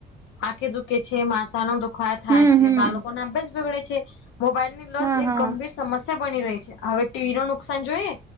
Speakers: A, on the left; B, on the right.
A: આખે દુખે છે માતા નો દુખાાય થાય
B: હમ
A: છે
B: હમ
A: બાળકોને અભ્યાસ બગડે છે. મોબાઈલ ની લત
B: હા
A: એક
B: હા
A: ગંભીર સમસ્યા બની રહી છે, હવે ટીવી નો નુકસાન જોઈએ.